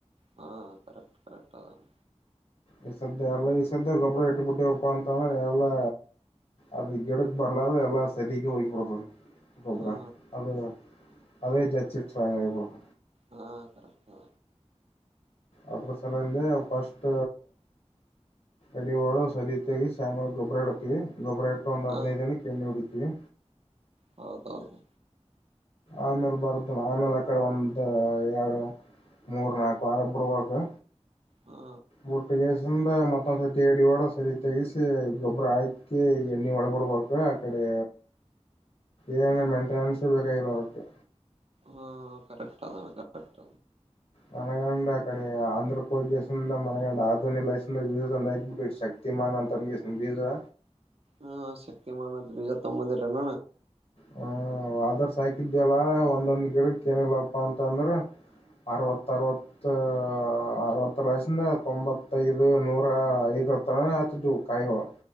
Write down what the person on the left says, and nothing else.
ಈ ಸದ್ದ ಎಲ್ಲ ಈ ಸದ್ದ ಗೊಬ್ಬರ ಹ ಇಟ್ಟುಬ ಬಿಟ್ಟಿ ಹಪ್ಪ ಅಂತ ಅಂದ್ರೆ ಎಲ್ಲಾ ಅದುಗಡೆ ಬ ಎಲ್ಲ ಸ್ಥತಿ ಹೋಗ್ಬಡ್ದು ಕೊಬರ
ಅದೇ ಅೇ ಜಾಂಗಾಯ ಕುಳಕ
ಅದ್ರ ಸಲಂದೆ ಫಸ್ಟ್ ಅಡಿವಾಳ ಸರಿಿತ ಸ್ಯಾಮುಲ್ ಗೊಬ್ರಡಕಿ ಗೊಬ್ಬರ ಎಟ್ಟು ಒಂದು
ಹದಿನೈದು ಎಣ್ಣೆ ಹೊಡಿತೀವಿ
ಆಮೇಲ್ ಬರತನ್ನ ಆಮೇಲ್ ಆ ಕಡೆ ಒಂದ ಎರಡು. ಮೂರು ನಾಲ್ಕು ವಾರ ಬಿಡಬೇಕು.
ಮೊಟ್ಟೆಯ. ಮತ್ತೊಂದ್ ಸತಿ ಎಡಿ ಒಡ ಸತಿ ತೆಗಸ ಗೊಬ್ಬರ ಆಯ್ಕತಿ ಎಣ್ಣಿ ಹೊಡಬಿಡ್ಬೇಕು ಆ ಕಡೆ. ಏನು ಮೇಂಟೆನೆನ್ಸ್ ಬೇಕಾಗಿರದಕ್ಕೆ.
ಮನಗಂಡ್ ಅಕಡೆ ಆಂಧ್ರ ಕೋ ದಸ ಮನಗಂಡ ಆಧನಿ ಲೈಂದ್ರ ಜೀವಂದ ಆಗ್ಬಿಟ್ಟು ಶಕ್ತಿ. ಮನ್ ಅಂತಗೆಸ ಬೀಜರ.
ಹ ವಾದ ವರ್ಷ ಹಾಕಿದವಲ್ಲ ಒಂದೊಂದ್ ಗಿಡಕ ಏನಿಲ್ಲಪ್ಪ ಅಂತಂದ್ರ. ಅರವತ್ತ ಅರವತ್ತ ಅರವತ್ತರ ವಷಿಂದ ತೊಂಬತ್ತೈದು ನೂರ ಐದು. ಒಂತರನ ಆಗತ್ತಿದು ಹಾ ಕಾಯಿಗಳು.